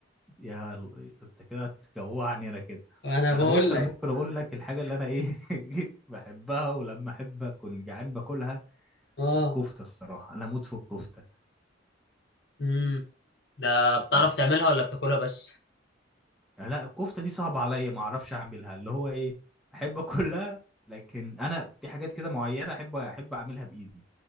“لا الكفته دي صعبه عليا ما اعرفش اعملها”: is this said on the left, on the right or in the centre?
Centre